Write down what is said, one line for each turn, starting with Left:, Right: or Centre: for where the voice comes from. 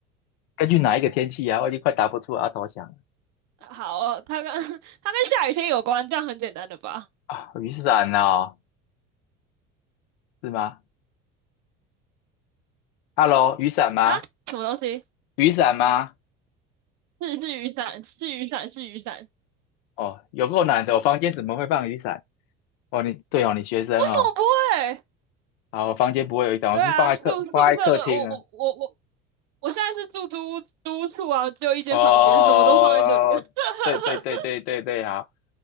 Left: 根据哪一个天气啊？我已经快答不出阿头想了
Right: 好，它跟 <laughs> 它跟下雨天有关，这样很简单的吧？
Left: 啊，雨伞哦，是吗？Hello，雨伞吗？
Right: 啊，什么东西？
Left: 雨伞吗？
Right: 是是雨伞，是雨伞，是雨伞。
Left: 哦，有够难的，我房间怎么会放雨伞？哦，你对哦，你学生哦，
Right: 为什么不会？
Left: 好，我房间不会有一张，
Right: 对啊，
Left: 我是放在客放在客厅啊。
Right: 宿宿舍，我我我我，我现在是住租租屋处啊，只有一间房间，
Left: 哦，
Right: 什么都放在这里 <laughs>
Left: 对对对对对对，好，